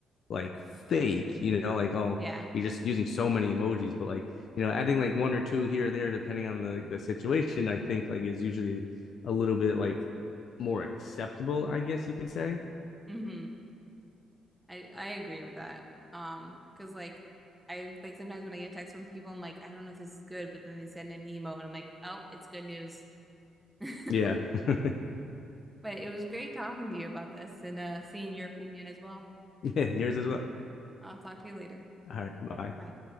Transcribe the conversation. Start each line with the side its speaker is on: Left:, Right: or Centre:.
Left: like fake, you know, like oh
Centre: yeah,
Left: you're just using so many emojis, but like you know, adding like one or two here or there depending on the the situation, I think like is usually a little bit like more acceptable, I guess you can say.
Centre: hmm I I agree with that. Um, because like I like sometimes when I get texts from people, I'm like, I don't know if this is good, but then they send an emote, and I'm like, oh, it's good news. <laughs>
Left: Yeah. <laughs>
Centre: But it was great talking to you about this and uh, seeing your opinion as well.
Left: Yeah, yours as well.
Centre: I'll talk to you later.
Left: All right, bye.
Centre: Bye.